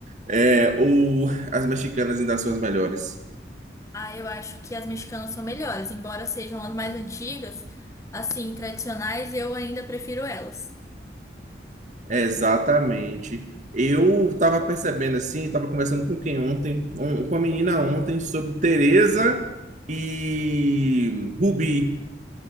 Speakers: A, on the right (about 40°); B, on the left (about 15°).
A: É, ou as mexicanas ainda são as melhores?
B: Ah, eu acho que as mexicanas são melhores, embora sejam as mais antigas, assim, tradicionais, eu ainda prefiro elas.
A: É, Exatamente. Eu estava percebendo assim, estava conversando com quem ontem, Um- com a menina ontem, sobre Teresa e Rubi.